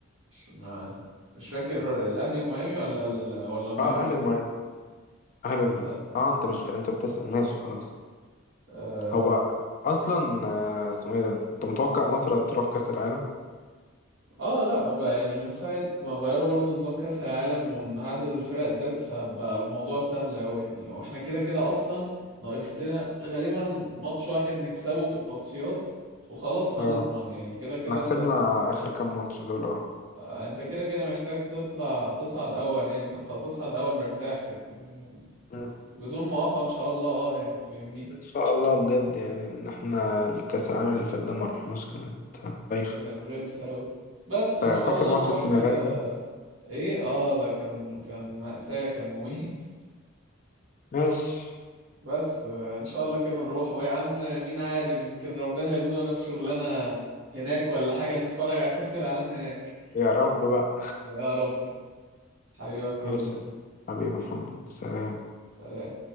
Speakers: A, on the right (about 65°); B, on the left (about 40°).
A: مش ما... مش فاكر هو الأهلي وميامي ولا ال... ولا ميامي
B: اه الأهلي وميامي الأهلي وميامي
A: لا.
B: اه أنت مش أنت بتسأل ماشي خلاص
A: آه...
B: هو أصلا آه، اسمه إيه ده أنت متوقع مصر تروح كأس العالم؟
A: اه لا بقى يعني من ساعة ما غيروا برضو نظام كأس العالم وإن عدد الفرق زاد فبقى الموضوع سهل أوي يعني واحنا كده كده أصلا ناقص لنا غالبا ماتش واحد نكسبه في التصفيات وخلاص هنضمن
B: اه
A: يعني كده كده
B: احنا كسبنا
A: انت
B: آخر كام ماتش دول
A: آه، انت كده كده محتاج تطلع تصعد اول يعني فانت هتصعد اول مرتاح كده يعني
B: اه
A: بدون مقاطعة ان شاء الله اه يعني فاهمني
B: ان شاء الله بجد يعني ان احنا الكاس العالم اللي فات ده ما رحناش كانت بايخه
A: كانت غلسة اوي بس وان
B: فا-
A: شاء
B: فاكر
A: الله
B: ماتش
A: نروح
B: السنغال
A: كده
B: ده
A: ايه اه ده كان كان مأساة كان مميت
B: ماشي
A: <laughs> بس آه، ان شاء الله كده نروح ويا عم مين عالم يمكن ربنا يرزقنا بشغلانة هناك ولا حاجة نتفرج على <laughs> كأس العالم هناك
B: يا رب بقى
A: يا رب حبيبك رولس
B: ماشي حبيبي محمد سلام
A: سلام